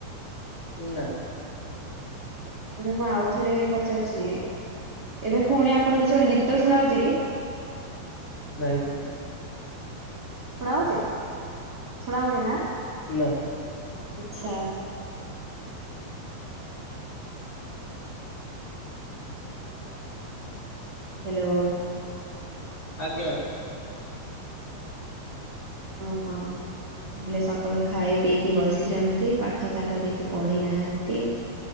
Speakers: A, on the left (about 45°); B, on the right (about 90°).
A: ଉଁ ନା।
B: ଏବେ ମୁଁ ଆଉ ଥରେ ପଚାରୁଛି ଏବେ ପୁଣି ଆପଣ କିଛି ଗୋଟେ ଗୀତ ଶୁଣାଉଛି କି?
A: ନାହିଁ ତ।
B: ଶୁଣାଉଛି ଶୁଣାଉନି ନା।
A: ନାଁ।
B: ଆଛା ହ୍ୟାଲୋ।
A: ଆଜ୍ଞା।
B: ହଁ ହଁ। ଖାଲି ସକାଳୁ ଖାଇ ପିଇକି ବସିଛନ୍ତି ପାଠ ସାଠ କିଛି ପଢି ନାହାନ୍ତି।